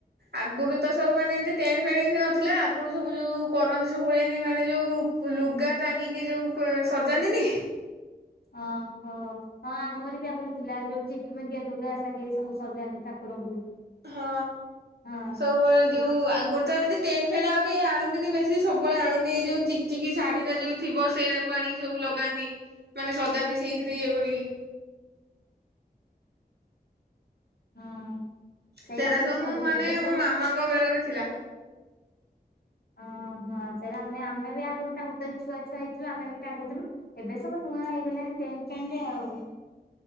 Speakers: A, on the right; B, on the left.
A: ଆଗୁରୁ ତ ସବୁ ମାନେ ଏମତି ଟେଣ୍ଟ ଫେଣ୍ଟ କିଛି ନଥିଲା ଆଗରୁ ସବୁ ଯୋଉ କରନ୍ତି ସବୁବେଳେ ଏ ନେଇ ମାନେ ଯୋଉ ଲୁଗା ଟାଙ୍ଗିକି ଯୋଉ କ ସଜାନ୍ତିନି
B: ଅଁ ହୋ ହଁ ଆମର ବି ଆଗରୁ ଥିଲା ଯୋଉ ଚିକମିକିଆ ଲୁଗା ସାଗେ ସବୁ ସଜାନ୍ତି ଠାକୁରଙ୍କୁ।
A: ହଁ
B: ହଁ।
A: ସବୁବେଳେ ଯୋଉ
B: ଏ
A: ଆଗରୁ ତ ଏମତି ଟେଣ୍ଟ ଫେଣ୍ଟ ଆଉ କେ ଆଣନ୍ତିନି ବେଶୀ ସବୁବେଳେ ଆଣନ୍ତି ଏଇ ଯୋଉ ଚିକ ଚିକି ଶାଢୀର ଯୋଉ ଥିବ ସେଇଟାକୁୁ ଆଣିକି ସବୁ ଲଗାନ୍ତି ମାନେ ସଜାନ୍ତି ସେଇଥିରେ ଇଏ କରିକି।
B: ହଁ। ସେଇ
A: ସେରା
B: ଆମର
A: ସବୁ
B: ବି ସଜାଡିଥିଲେ
A: ମୁଁ ମାନେ
B: ଏବେ ସବୁ
A: ମୋ ମାମାଙ୍କ ବେଳରେ ଥିଲା।
B: ଓ ହଁ ସେରା ଆମେ ଆମେ ବି ଆଗରୁ ଟାଙ୍ଗୁଥିଲୁ ଛୁଆ ଛୁଆ ହେଇଥିଲୁ ଆମେ ବି ଟାଙ୍ଗୁଥିଲୁ ଏବେ ସବୁ ନୂଆ ହେଇଗଲାଣି ଟେଣ୍ଟ ଫେଣ୍ଟ ଆଉ।